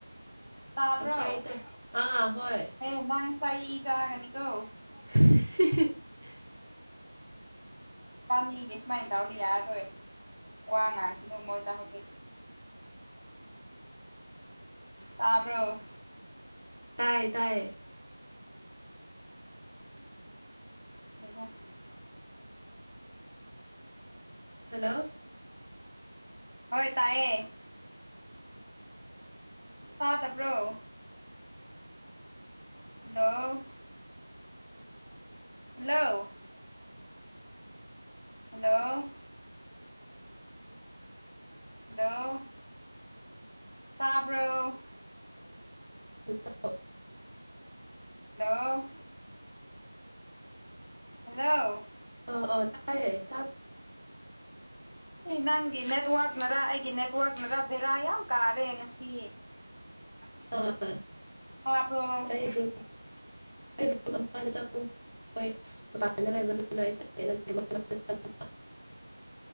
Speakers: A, on the left; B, on the right.
A: ꯇꯥꯕ꯭ꯔꯣ
B: ꯇꯥꯏ ꯇꯥꯏ ꯑꯥ ꯍꯣꯏ
A: ꯑꯦ ꯅꯪ ꯆꯩ ꯆꯒꯅꯤ ꯀꯣ
B: <inaudible>
A: ꯄꯥꯅꯤꯒꯤ ꯁꯨꯃꯥꯏꯅ ꯇꯧꯍꯗꯤ ꯌꯥꯔꯔꯣꯏ ꯋꯥ ꯉꯥꯡꯈꯤꯅꯨ ꯃꯣꯏ ꯇꯥꯍꯗꯤ ꯇꯥꯕ꯭ꯔꯣ
B: ꯇꯥꯏꯌꯦ ꯇꯌꯦ
A: <unintelligible>
B: ꯍꯜꯂꯣ
A: ꯍꯣꯏ ꯇꯥꯏꯌꯦ ꯇꯥꯗꯕꯔꯣ ꯍꯜꯂꯣ ꯍꯜꯂꯣ ꯍꯜꯂꯣ ꯍꯜꯂꯣ ꯇꯥꯕ꯭ꯔꯣ
B: <inaudible>
A: ꯍꯜꯂꯣ ꯍꯜꯂꯣ
B: ꯑꯣ ꯑꯣ ꯇꯥꯏꯌꯦ ꯇꯥ
A: ꯅꯪꯒꯤ ꯅꯦꯠꯋꯥꯥꯛꯛꯅꯔ ꯑꯩꯒꯤ ꯅꯦꯠꯋꯥꯥꯛꯛꯅꯔ ꯕꯦꯔꯥ ꯌꯥꯝ ꯀꯥꯔꯦ ꯉꯁꯤ
B: <unintelligible>
A: ꯇꯥꯕ꯭ꯔꯣ
B: <unintelligible> ꯆꯪ